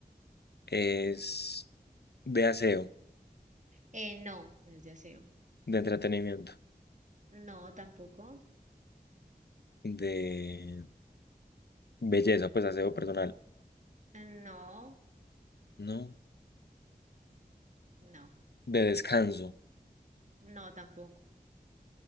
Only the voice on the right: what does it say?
Eh, no, no es de aseo.
No, tampoco.
No,
no.
No, tampoco.